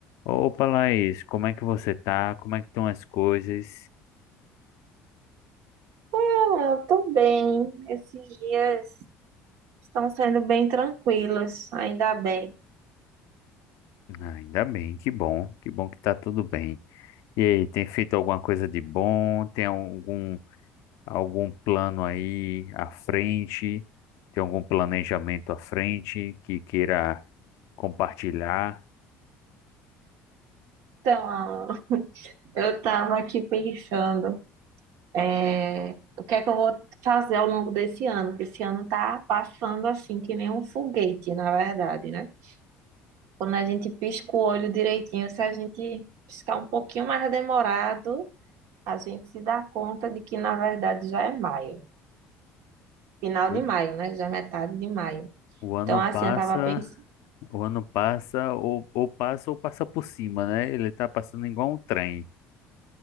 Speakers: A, on the left; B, on the right.
A: Opa, Laís, como é que você tá? Como é que estão as coisas?
B: Ah, eu tô bem. Esses dias estão sendo bem tranquilos, ainda bem.
A: Ah, Ainda bem, que bom, que bom que tá tudo bem. E aí, tem feito alguma coisa de bom? Tem algum algum plano aí à frente? Tem algum planejamento à frente que queira compartilhar?
B: Então, Alan, eu tava aqui pensando, é, o que é que eu vou fazer ao longo desse ano, porque esse ano tá passando assim, que nem um foguete, na verdade, né? Quando a gente pisca o olho direitinho, se a gente piscar um pouquinho mais demorado, a gente se dá conta de que, na verdade, já é maio. Final
A: O
B: de maio, né? Já é metade de maio.
A: o ano
B: Então, assim,
A: passa,
B: eu tava pensando.
A: o ano passa, ou, ou passa ou passa por cima, né? Ele tá passando igual um trem.